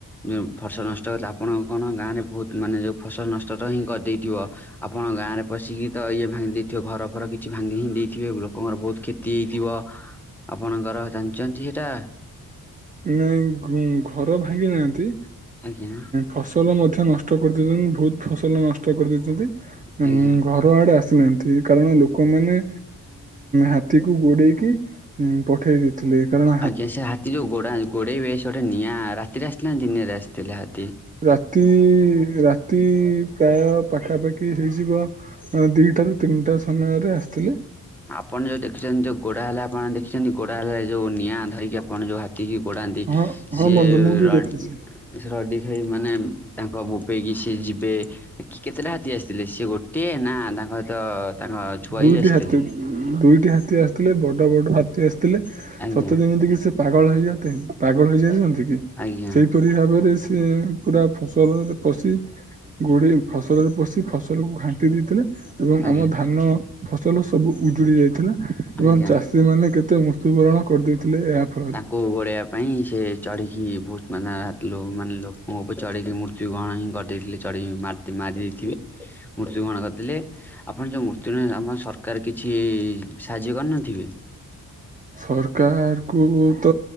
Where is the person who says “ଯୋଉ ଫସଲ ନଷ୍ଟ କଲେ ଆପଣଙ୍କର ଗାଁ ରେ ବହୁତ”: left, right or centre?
Centre